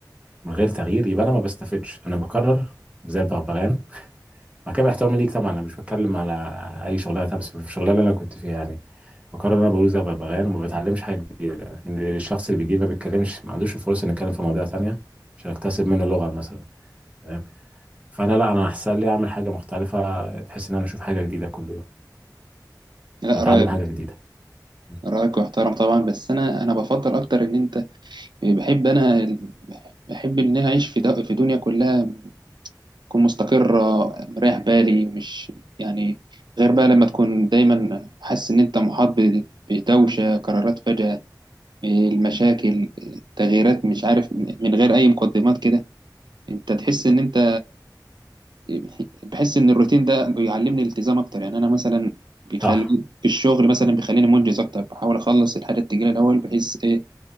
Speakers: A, on the right (about 15°); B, on the right (about 75°).
A: من غير تغيير يبقى انا ما بستفدش انا بكرر زي البغبغان مع كامل احترامي ليك طبعا انا مش بتكلم على اي شغلانه تانية، بس في الشغلانه اللي انا كنت فيها يعني بقرر ان انا بقول زي ببغان وما بتعلمش حاجه جديده ان الشخص اللي بيجي لي ما بيتكلمش ما عندوش الفرصه انه يتكلم في مواضيع تانية عشان اكتسب منه لغه مثلا تمام فانا لا انا احسن لي اعمل حاجه مختلفه بحيث ان انا اشوف حاجه جديده كل يوم
B: لا
A: واتعلم
B: رايك
A: حاجه جديده م.
B: رايك محترم طبعا بس انا انا بفضل اكتر ان انت بحب انا بحب ان انا اعيش في دو- في دنيا كلها تكون مستقرة مريح بالي مش يعني غير بقى لما تكون دايما حاسس إن أنت محاط ب- بدوشة قرارات فجأة المشاكل تغييرات مش عارف من غير أي مقدمات كده أنت تحس إن أنت <laughs> بحس إن الروتين ده بيعلمني الالتزام أكتر يعني أنا مثلا بيخلي
A: صح
B: في الشغل مثلا بيخليني منجز أكتر بحاول أخلص الحاجة التقيلة الأول بحيث إيه